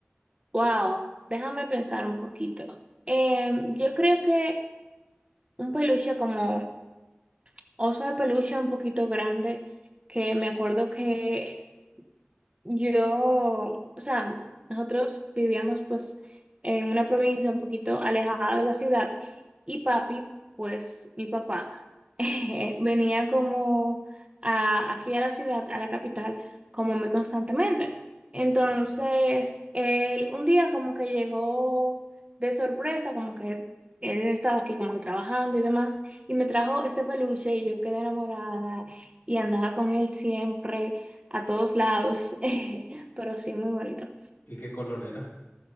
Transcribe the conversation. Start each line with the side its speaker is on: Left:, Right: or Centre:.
Right: Wow, déjame pensar un poquito. Eh, yo creo que un peluche como oso de peluche un poquito grande, que me acuerdo que yo, o sea, nosotros vivíamos pues en una provincia un poquito alejada de la ciudad y papi, pues mi papá, <laughs> eh, venía como a, aquí a la ciudad, a la capital, como muy constantemente. Entonces,
Left: Sí.
Right: él un día como que llegó de sorpresa, como que él estaba aquí como que trabajando y demás, y me trajo este peluche y yo quedé enamorada y andaba con él siempre a todos lados, <laughs> pero sí, muy bonito.
Left: ¿Y qué color era?